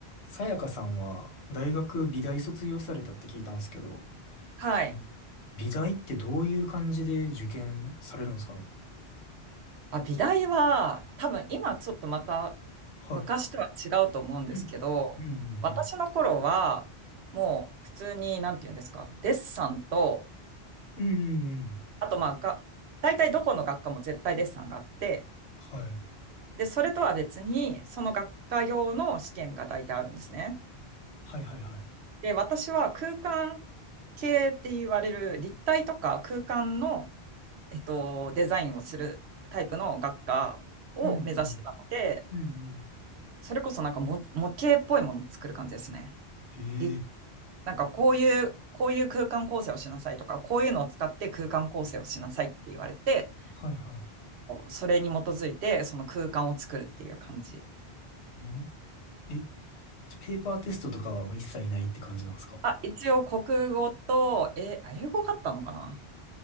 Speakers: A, on the left (about 80°); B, on the right (about 75°).
A: さやかさんは大学美大卒業されたって聞いたんですけど、
B: はい。
A: その美大ってどういう感じで受験されるんですかね
B: あ、美大は、多分今ちょっとまた
A: はい。
B: 昔とは違うと思うんですけど、
A: うんうんうん。
B: 私の頃は、もう普通に、なんて言うんですか、デッサンと、
A: うんうんうん。
B: あとまあが、大体どこの学科も絶対デッサンがあって、
A: はい。
B: で、それとは別に、その学科用の試験が大体あるんですね。
A: はいはいはい。
B: で、私は空間系って言われる立体とか空間の、えっと、デザインをするタイプの学科を目指してたので、
A: うんうん。うんうん。
B: それこそなんかも模型っぽいものを作る感じですね。
A: へえ。
B: りなんかこういう、こういう空間構成をしなさいとか、こういうのを使って空間構成をしなさいって言われて、
A: はいはい。
B: それに基づいてその空間を作るっていう感じ。
A: うん。え、じゃあペーパーテストとかはもう一切ないって感じなんですか
B: あ、一応国語と、え、あ、英語があったのかな